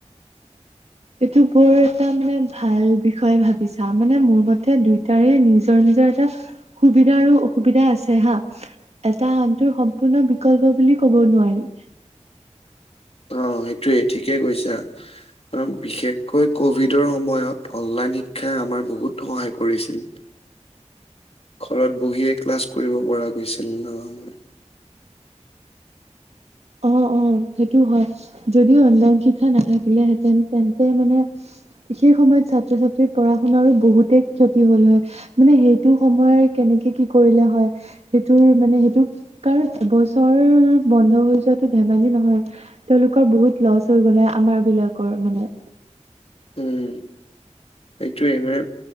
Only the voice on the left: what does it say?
অ', সেইটোয়ে ঠিকেই কৈছা। কাৰ, বিশেষকৈ ক'ভিডৰ সময়ত অনলাইন শিক্ষাই আমাৰ বহুত সহায় কৰিছিল। ঘৰত বহিয়ে ক্লাছ কৰিব পৰা গৈছিল ন, আমাৰ।
উম, এইটোৱে মানে,